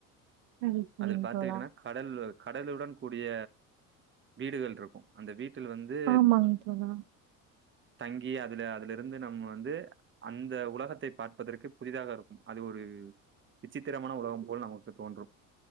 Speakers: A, on the right (about 75°); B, on the right (about 30°).
A: சரி, சரிங்க
B: அதுல பாத்துக்கிட்டன்னா
A: தோழா.
B: கடல்லு கடலுடன் கூடிய வீடுகள் இருக்கு அந்த வீட்டு வீட்டில் வந்து
A: ஆமாங்க தோழா.
B: தங்கி அதுல அது அங்க இருந்து நம்ம வந்து அந்த உலகத்தை பார்ப்பதற்கு புதிதாக இருக்கும் அது ஒரு விசித்திரமான உலகம் போல் நமக்கு தோன்றும்